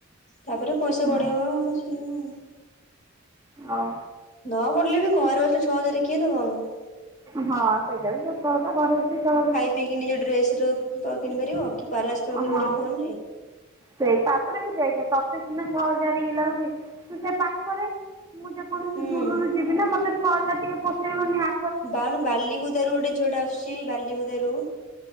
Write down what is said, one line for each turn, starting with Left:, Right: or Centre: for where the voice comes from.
Left: ତାପରେ ପଇସା ବଢେଇବ
Right: ହଁ
Left: ସିଏ ନ।
Right: ଅଉ
Left: ନ ବଢିଲେ ବି ଘରେ ବସି ଛଅ ହଜାର କିଏ ଦବ ଆମକୁ?
Right: ହଁ ସେଇଟା ବି ସତ କଥା ଘରେ ବସିକି ଛଅ ହଜା
Left: ଦେଇକି ନିଜ ଡ୍ରେସ ର ତ କିଣି ପାରିବ କି ବାଲାଶ ତ ପକେଇପାରିବ
Right: ହଁ
Left: ଫୋନ ରେ।
Right: ସେଇ ତାପରେ ବି ଦେଖେ ତତେ ସିନା ଛଅ ହଜାର ଇଏ ଲାଗୁଛି ତୁ ସେ ପା ଖରେ ମୁଁ ଯେକୌଣସି
Left: ହୁଁ
Right: ଦୂରରୁ ଯିବି ନା ମୋତେ ଛଅହଜାର ଟିକେ ପୋସେଇବନି ଆ
Left: ବାଣ ବାଲିକୁୁଦ ର ଗୋଟେ ଝିଅଟା ଆସୁଛି ବାଲିକୁୁଦାରୁ।